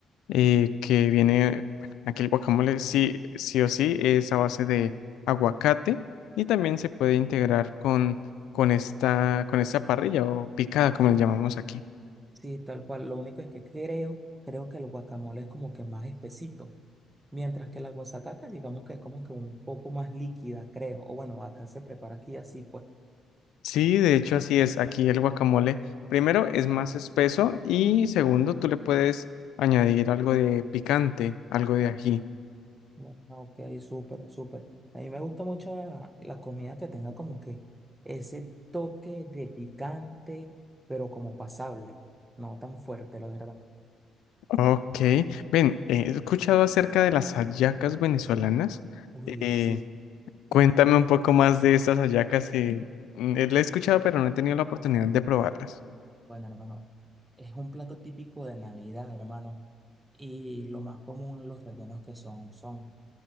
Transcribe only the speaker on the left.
eh, que viene, aquí el guacamole sí, sí o sí es a base de aguacate y también se puede integrar con, con esta, con esta parrilla o picada, como le llamamos aquí.
Sí, de hecho así es, aquí el guacamole primero es más espeso y segundo tú le puedes añadir algo de picante, algo de ají.
Ok, ven, eh, he escuchado acerca de las hallacas venezolanas.
eh,
Cuéntame
un poco más de estas hallacas que mm, eh, la he escuchado, pero no he tenido la oportunidad de probarlas.